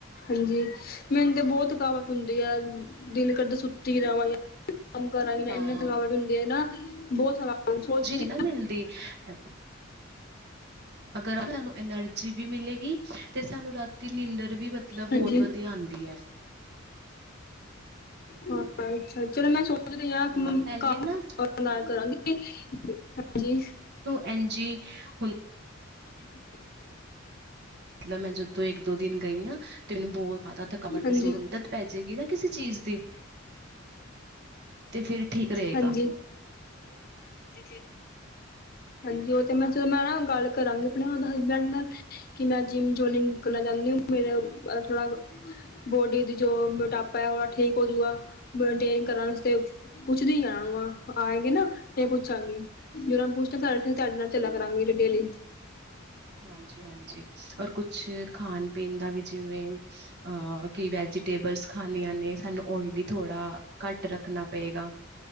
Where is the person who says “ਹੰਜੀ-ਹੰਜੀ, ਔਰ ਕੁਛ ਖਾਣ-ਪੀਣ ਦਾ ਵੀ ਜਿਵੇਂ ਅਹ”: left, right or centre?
Right